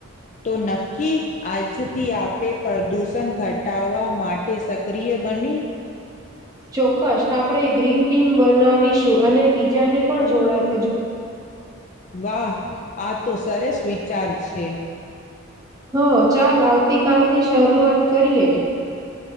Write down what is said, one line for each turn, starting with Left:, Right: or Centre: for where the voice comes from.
Left: તો નક્કી આજથી આપે પ્રદૂષણ ઘટાવા માટે સક્રિય બની
Right: ચોક્કસ આપણેે ગ્રીન ટી બનાવીશું અને બીજાને પણ જોડાય
Left: વાહ આ તો સરસ વિચાર છે
Right: હા ચાલ આવતીકાલ થી શરૂઆત કરીએ